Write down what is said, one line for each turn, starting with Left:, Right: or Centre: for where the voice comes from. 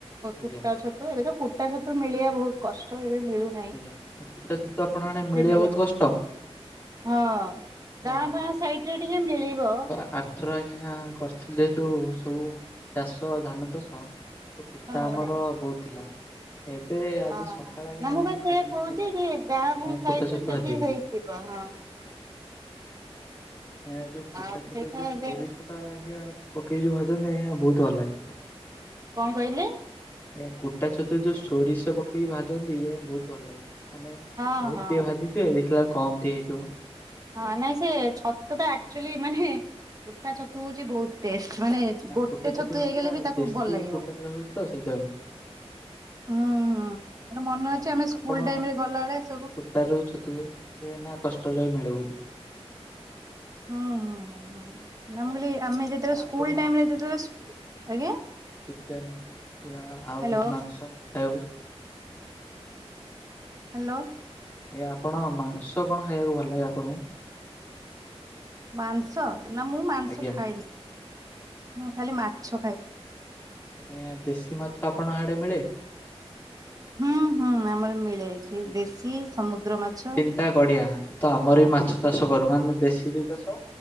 Left: ଆଜ୍ଞା
Right: କୁଟା ଛ ତ ଏବେ ତ କୁଟା ଛତୁ ମିଲିବା ବହୁତ କଷ୍ଟ ଏବେ ମିଳୁନି।
Left: ଆଜ୍ଞା କୁଟା ଛତୁ ଆପଣଙ୍କ ଆଡ଼େ ମିଳିବା
Right: ମିଳେ
Left: ବହୁତ କଷ୍ଟ?
Right: ହଁ
Left: ଏ
Right: ଗାଁ ଗାଁ ସାଇଟି ରେ ଟିକେ ମିଳିବ।
Left: ଆର୍ଥର ଆଜ୍ଞା କରିଥିଲି ଯୁ ସବୁ ଚାଷ ଧାନ ଚାଷ କୁଟା
Right: ହଁ
Left: ଆମର ବୋହୁତ ଥିଲା ଏବେ ଆଜି
Right: ଓ
Left: ସକାଳେ ଆଜ୍ଞା
Right: ନା ମୁଁ ବା ସେଇୟା
Left: ଖାଇଥିଲି
Right: କହୁଛି ଯେ ଗାଁ ଗାଁ
Left: କୁଟା
Right: ସାଇତ
Left: ଛତୁ
Right: ସେଠି
Left: ଭାଜିକି।
Right: ହେଇଯିବ ହଁ।
Left: ଏଁ ଯଉ କୁଟା
Right: ଆଉ
Left: ସେ
Right: ସେଇଟା
Left: ଯୋଉ
Right: ଏବେ
Left: ଶରୀ ସେଟା ଆଜ୍ଞା। ପକେଇ ଯୋଉ ଭାଜନ୍ତି ଆଜ୍ଞା ବହୁତ ଭଲ ଲାଗେ।
Right: କଣ କହିଲେ?
Left: ଏ କୁଟା ଛତୁରେ ଯୋଉ ସୋରିଷ ପକେଇକି ଭାଜନ୍ତି ଏ ବହୁତ ଭଲ ଲାଗେ। ମାନେ
Right: ହଁ
Left: ବହୁତ
Right: ହଁ
Left: ଟିକେ ଭାଜିଥିବେ ଦେଖିଲାଉ କମ୍ ଟିକେ ହେଇଥିବ।
Right: ହଁ ନାଇଁ ସେ ଛତୁ ଟା ଆକ୍ଚୁଆଲି ମାନେ କୁଟା ଛତୁ ହଉଛି ବହୁତ ଟେଷ୍ଟ ମାନେ ଗୋଟେ
Left: କୁଟା
Right: ଛତୁ
Left: ମାନେ
Right: ହେଇଗଲେ
Left: ପୁରା
Right: ବି ତାକୁ
Left: ଦେଶୀ
Right: ଭଲ ଲାଗିବ।
Left: କୁଟାଟା ରହୁଛି ତ ସେଇଥିପାଇଁ।
Right: ହୁଁ ହୁଁ ମୋର ମନେ
Left: ଆଜ୍ଞା
Right: ଅଛି ଆମେ ସ୍କୁଲ
Left: ଆପଣ
Right: ଟାଇମ୍ ରେ ଗଲାବେଳେ ଏ ସବୁ
Left: କୁଟା ରେ ଯୋଉ ଛତୁ ହୁଏ ମିଳେ ନା କଷ୍ଟରେ ବି ମିଳେ ବହୁତ
Right: ହଁ ହଁ ହଁ ନା ମୁଁ କହିଲି ଆମେ ଯେତେବେଳେ ସ୍କୁଲ
Left: ଆପଣ
Right: ଟାଇମ୍ ରେ ଯେତେବେଳେ ଷ୍କୁ ଆଜ୍ଞା?
Left: ଚିକେନ୍ କିବା ଆଉ
Right: ହ୍ୟାଲୋ
Left: କିଛି ମାଂସ ଖାଇବାକୁ
Right: ହ୍ୟାଲୋ।
Left: ଆଜ୍ଞା ଆପଣ ମାଂସ କଣ ଖାଇବାକୁ ଭଲ ଲାଗେ ଆପଣଙ୍କୁ?
Right: ମାଂସ ନା ମୁଁ ମାଂସ
Left: ଆଜ୍ଞା
Right: ଖାଏନି ମୁଁ ଖାଲି ମାଛ ଖାଏ।
Left: ଏ ଦେଶୀ ମାଛ ଆପଣଙ୍କ ହାଡେ ମିଳେ?
Right: ହୁଁ ହଁ ଆମର ମିଳେ ଏଠି ଦେଶୀ ସମୁଦ୍ର ମାଛ
Left: ଟା ଗଡ଼ିଆ ତ ଆମର ବି ମାଛ ଚାଷ କରୁ ମାନେ ଦେଶୀ ଯଉ ଚାଷ